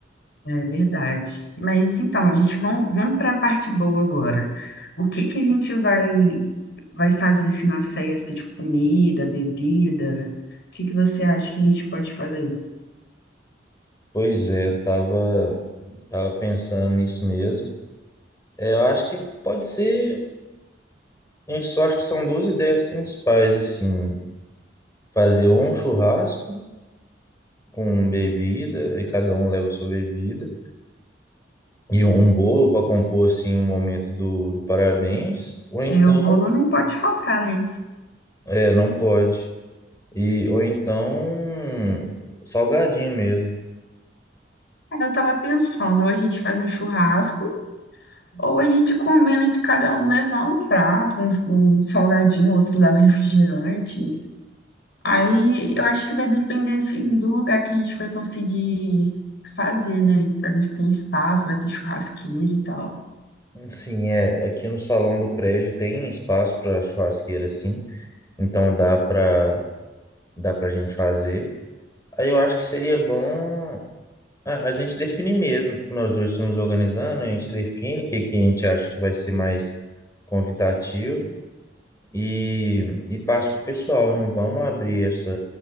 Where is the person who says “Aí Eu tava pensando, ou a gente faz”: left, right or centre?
Left